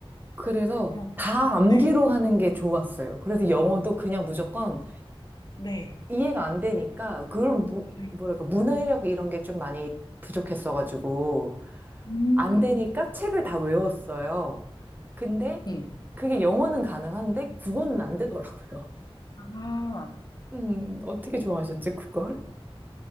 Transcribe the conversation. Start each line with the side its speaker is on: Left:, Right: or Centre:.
Right: 그래서
Left: 렇구
Right: 다 암기로
Left: 네.
Right: 하는 게 좋았어요. 그래서 영어도 그냥 무조건
Left: 네.
Right: 이해가 안 되니까 그런 무,
Left: 네.
Right: 뭐랄까 문해력 이런 게 좀 많이 부족했어가지고
Left: 음,
Right: 안 되니까 책을 다 외웠어요. 근데
Left: 음.
Right: 그게 영어는 가능한데 국어는 안 되더라고요.
Left: 아,
Right: 음, 어떻게 좋아하셨지, 그걸?